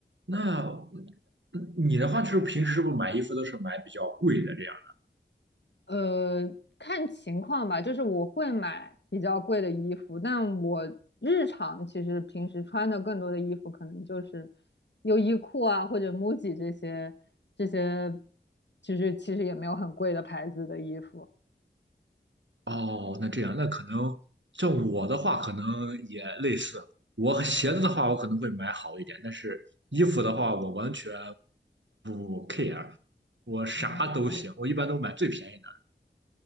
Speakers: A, on the right; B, on the left.
A: 那嗯你的话就是平时是不是买衣服都是买比较贵的这样？
B: 呃，看情况吧，就是我会买比较贵的衣服，但我日常其实平时穿的更多的衣服可能就是优衣库啊或者 MUJI 这些这些，其实其实也没有很贵的牌子的衣服。
A: 哦，那这样那可能像我的话可能也类似，我和鞋子的话我可能会买好一点，但是衣服的话我完全不 care，我啥都行，
B: 哦，
A: 我一般都买最便宜的。